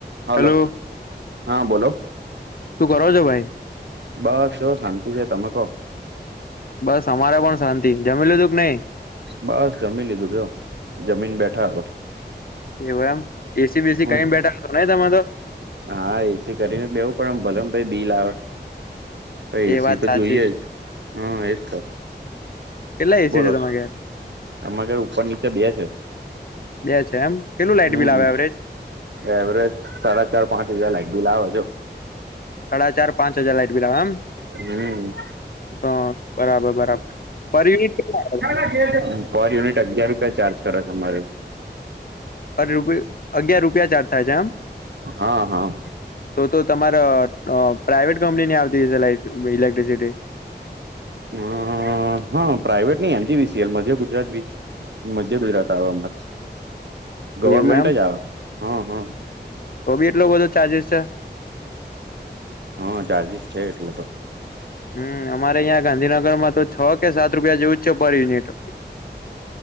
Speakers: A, on the right; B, on the left.
A: હલો
B: હેલો
A: હા બોલો.
B: તું કરો છો ભાઈ.
A: બસ સો શાંતિ છે તમે કહો.
B: બસ અમારે પણ શાંતિ જમી લીધું કે નહી.
A: બસ જમી લીધું જો જમીન બેઠા હવે.
B: એવ એમ એસી બેસી
A: હું
B: કઈ બેઠા હતો નહિ તમારે તો.
A: હા એસી કરીને બેવું પડે ભલે ભાઈ બિલ આવે. પ એસી
B: એ વાત
A: તો
B: સાચી
A: જોઈએ જ હા એજ તો.
B: કેટલા એસી
A: બોલો
B: છે તમારે ઘેર
A: અમાર ઘરે ઉપર નીચે બે છે.
B: બે છે એમ. કેટલું લાઈટ
A: હમ
B: બિલ આવે એવરેજ
A: એવરેજ સાડા ચાર પાંચ હજાર લાઈટ બીલ આવે જો.
B: સાડા ચાર પાંચ હજાર લાઈટ બિલ આવે એમ.
A: હમ.
B: હ બરાબર બરાબર પર યુનીટ કેટલા હે.
A: ગ <inaudible> પર યુનિટ અગીયાર રૂપિયા ચાર્જ કરે તમારી.
B: અરે રૂપ અગિયાર રૂપિયા ચાર્જ થાય છે એમ.
A: હા હા.
B: તો તો તમારઅ અ પ્રાઇવેટ કંપની ની આવતી હશે લાઈટ બિલ ઇલેક્ટ્રિસિટી
A: હ હા પ્રાઇવેટ ની એજીવીસીએલ મઘ્ય ગુજરાત બિચ મધ્ય ગુજરાત આવ અમારે.
B: <unintelligible>
A: ગવર્મેન્ટ
B: એમ
A: જ આવે હમ હમ.
B: તો બી એટલું બધો ચાર્જિસ છે.
A: હા ચાર્જિસ છે એટલે તો.
B: હમ અમારે અહિયા ગાંધીનગરમાં તો છ કે સાત રૂપિયા જેવું જ છે પર યુનિટ